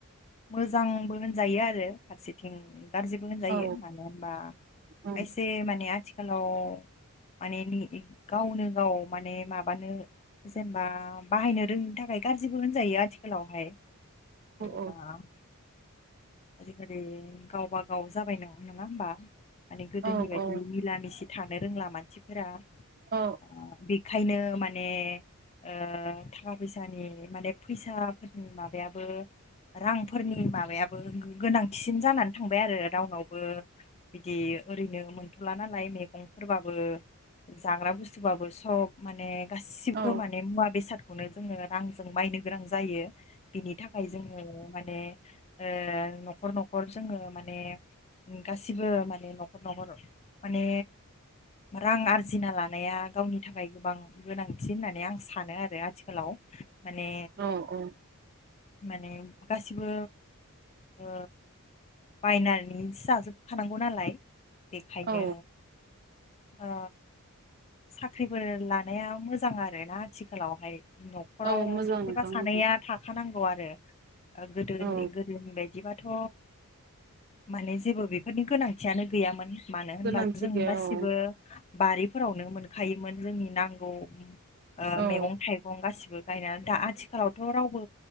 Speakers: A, on the left; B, on the right.
A: मोजांबो होनजायो आरो फारसेथिं गाज्रिबो होनजायो
B: औ
A: मानो होनबा
B: औ
A: खायसे माने आथिख खालाव माने नि गावनो गाव माने माबानो जेनबा बाहायनो रोंङिनि थाखाय गाज्रिबो होनजायो आथिखालावहाय। जेनेबा।
B: औ
A: आजिखालि गावबा गाव जाबाय नोंङा होमबा माने गोदोनि
B: औ
A: बायदि
B: औ
A: मिला मिसि थानो रोंला मानसिफोरा
B: औ
A: ओ बेखायनो मा ने ओ थाखा फैसानि माने फैसाफोरनि माबायाबो रांफोरनि माबायाबो गो गोनांथिसिन जानानै थांबाय आरो रावनावबो बिदि ओरैनो मोनथ'ला नालाय मेगंफोरबाबो जाग्रा बुस्थुबुबाबो सब माने गासिबो
B: औ
A: माने मुवा बेसादखौनो जोङो रांजों मायनो गोनां जायो। बिनि थाखाय जोङो माने ओ न'खर न'खर जोङो माने। गासिबो माने न'खर न'खर माने रां आरजिना लानाया गावनि थाखाय गोबां गोनांथि होननानै आं सानो आरो आथिखालाव। माने
B: औ औ।
A: माने गासिबो। ओ बायनानैस़ जाजोबखानांगौ नालाय। बेखायनो।
B: औ
A: ओ साख्रिफोर लानाया मोजां आरोना आथिखालावहाय। न'खराव
B: औ मोजां
A: सासेबा
B: नोंथां
A: सानैया
B: मोजां
A: थाखानांगौ आरो ओ गोदोनि
B: औ
A: गोदो बायदिबाथ' माने जेबो बेफोरनि गोनांथियानो गैयामोन। मानो होनबा
B: गोनांथि
A: जों
B: गैया
A: गासिबो
B: औ
A: बारिफोरावनो मोनखायोमोन जोंनि नांगौ। ओ
B: औ
A: मेगं थाइगं गासिबो। गायना दा आथिखालावथ' रावबो